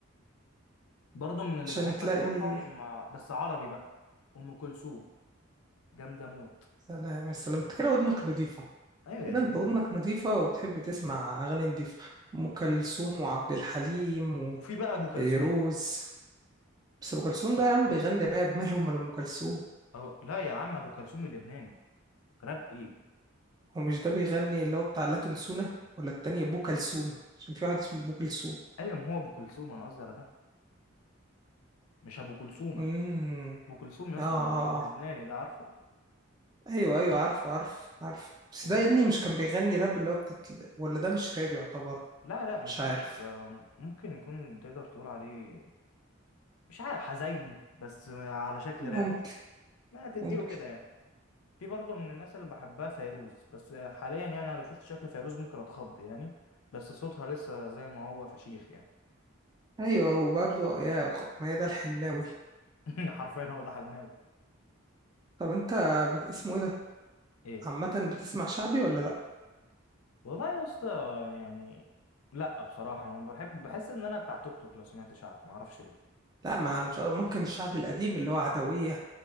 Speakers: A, on the left (about 90°); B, on the right (about 20°).
A: برضه من اللي
B: عشان
A: بحب
B: تلاقي
A: اسمعهم آه، بس عربي بقى ام كلثوم جامده موت
B: سلام يا سلام إنت كده ودنك نضيفه
A: ايوه
B: كده
A: يا زميلي
B: انت ودنك نظيفة وبتحب تسمع أغاني نظيفة أم كلثوم وعبد الحليم
A: وفي بقى ابو كلثوم
B: وفيروز بس أم كلثوم ده يا عم بيغني راب مالهم من أم كلثوم
A: أو لا يا عم ابو كلثوم اللبناني راب ايه
B: هو مش ده بيغني اللي هو بتاع لا تنسونا ولا التاني أبو كلثوم عشان في واحد اسمه أبو كلثوم
A: ايوه ما هو ابو كلثوم انا قصدي على ده مش ابو كلثومه
B: امم
A: ابو كلثوم يا
B: آه,
A: اسطى
B: آه
A: اللب- اللبناني
B: آه
A: ده عارفه
B: أيوه أيوه عارفه عارف عارف بس
A: وب-
B: ده يا ابني مش كان بيغني راب اللي هو بتاعت ولا ده مش راب يعتبر
A: لا لا مش
B: مش عارف
A: راب آه، ممكن يكون تقدر تقول عليه مش عارف حزيني بس على شكل
B: ممكن
A: راب ما تديله
B: ممكن
A: كده يعني في برضه من الناس اللي بحبها فيروز بس حاليا يعني انا لو شفت شكل فيروز ممكن اتخض يعني بس صوتها لسه زي ما هو فشيخ يعني
B: أيوه وبرضه يا غ- ميادة الحناوي
A: <laughs> حرفيا هو ده حلناوي
B: طب انت بت... اسمه ايه ده
A: ايه
B: عامة بتسمع شعبي ولا لا؟
A: والله يا اسطى يعني لا بصراحة انا بحب بحس ان انا بتاع توك توك لو سمعت شعب ما اعرفش ليه
B: لا ما انا مش ممكن الشعبي القديم اللي هو عدوية